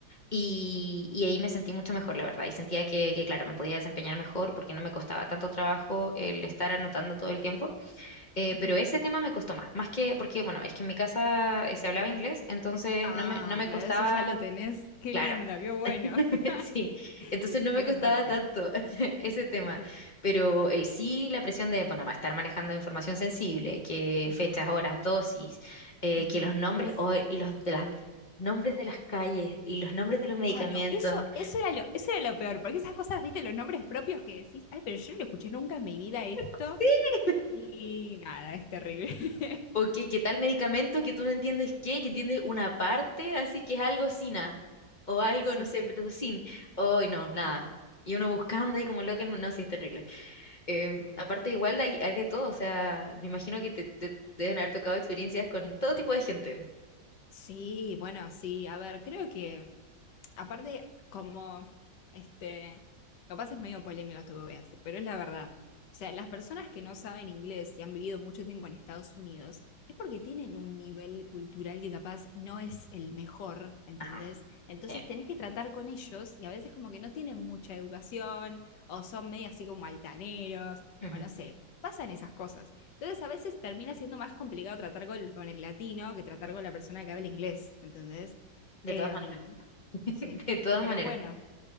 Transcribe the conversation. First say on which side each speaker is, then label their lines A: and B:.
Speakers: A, on the left (about 45°); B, on the left (about 80°).
A: y, y ahí me sentí mucho mejor, la verdad. Y sentía que, que, claro, me podía desempeñar mejor porque no me costaba tanto trabajo el estar anotando todo el tiempo. Eh,
B: Ujú.
A: pero ese tema me costó más, más que porque, bueno, es que en mi casa eh, se hablaba inglés, entonces
B: Ah,
A: no me, no me
B: claro,
A: costaba,
B: eso ya lo tenés. Qué
A: claro.
B: lindo, qué bueno.
A: <laughs> Sí,
B: <laughs>
A: entonces no
B: Qué
A: me costaba
B: ventaja.
A: tanto <laughs> ese tema,
B: Sí, sí.
A: pero el sí, la presión de, bueno, va a estar manejando información sensible, que
B: Ujú,
A: fechas, horas, dosis, eh,
B: ujú.
A: que los nombres,
B: Uf.
A: o los de las nombres de las calles y los nombres de los medicamentos,
B: Ay, no, eso, eso era lo, eso era lo peor, porque esas cosas, viste, los nombres propios que decís, ay, pero yo no lo escuché nunca en mi vida esto,
A: <gasps>
B: y nada, es terrible. <laughs>
A: o que, que tal medicamento que tú no entiendes qué, que entiendes una parte, así que es algo sina, o algo,
B: Sí,
A: no sé,
B: sí,
A: pero sin, hoy no, nada.
B: sí.
A: Y uno buscando ahí como loco, no, sí, es terrible. Eh,
B: Ujú.
A: aparte, igual hay, hay de todo, o sea, me imagino que te, te deben haber tocado experiencias con todo tipo de gente.
B: Sí, bueno, sí, a ver, creo que aparte, como, este, capaz es medio polémico esto que voy a decir, pero es la verdad. O sea, las personas que no saben inglés y han vivido mucho tiempo en Estados Unidos, es porque tienen un nivel cultural que capaz no es el mejor, ¿entendés?
A: Ajá,
B: Entonces
A: sí.
B: tenés que tratar con ellos y a veces como que no tienen mucha educación o son medio así como altaneros
A: Ujú.
B: o no sé, pasan esas cosas. Entonces a veces termina siendo más complicado tratar con, con el latino que tratar con la persona que habla inglés, ¿entendés?
A: De
B: Em,
A: todas maneras, <laughs>
B: Sí,
A: de todas
B: pero
A: maneras.
B: bueno,